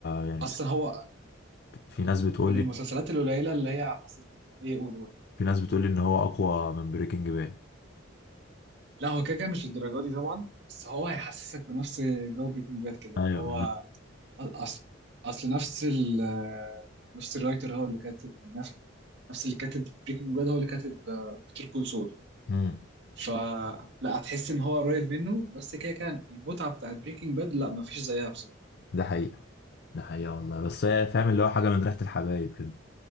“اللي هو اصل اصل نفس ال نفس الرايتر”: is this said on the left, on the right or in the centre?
Right